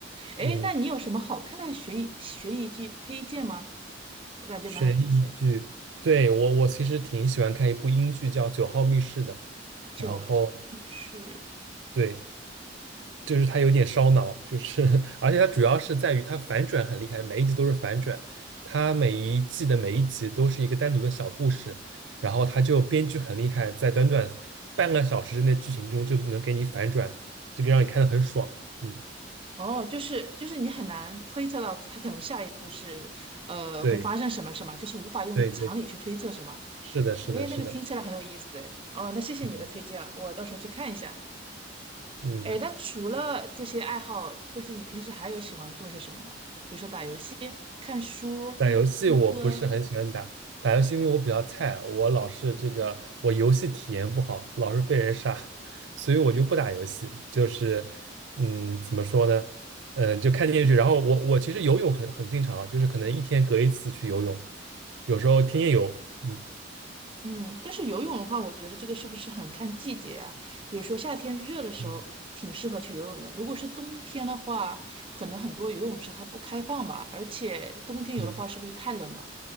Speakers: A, on the right; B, on the right.
A: 哎，
B: 嗯，
A: 那你有什么好看的悬疑悬疑剧推荐吗？我感觉蛮有
B: 悬疑剧，对我我其实挺喜欢看一部英剧叫《九号密室》的。
A: 就。
B: 然后
A: 是。
B: 对，就是它有点烧脑，就是 <laughs> 而且它主要是在于它反转很厉害，每一集都是反转，它每一季的每一集都是一个单独的小故事，然后它就编剧很厉害，在短短半个小时之内剧情中就能给你反转，这个让你看得很爽。嗯，
A: 哦，就是就是你很难推测到他可能下一步是，呃，
B: 对
A: 会发生什么，是吗？就是无法用常理去推测，
B: 对对，
A: 是吗？
B: 是的，是的，
A: 诶，那个听起来很有意思，
B: 是的，
A: 诶。哦，那谢谢你的推荐啊，
B: 是的，
A: 我到时候去看一下。
B: 嗯。
A: 诶，那除了这些爱好，就是你平时还有喜欢做些什么吗？比如说打游戏、看书、
B: 打游戏我不是很喜欢打，
A: 听歌。
B: 打游戏因为我比较菜，我老是这个我游戏体验不好，老是被人杀，<laughs> 所以我就不打游戏。就是嗯，怎么说呢？嗯、就看电视剧。然后我我其实游泳很很经常啊，就是可能一天隔一次去游泳，有时候天天游。嗯
A: 嗯，但是游泳的话，我觉得这个是不是很看季节呀、比如说夏天热的时候，
B: 嗯
A: 挺适合去游泳的。如果是冬天的话，可能很多游泳池它不开放吧，而且冬天游的话，
B: 嗯
A: 是不是太冷了？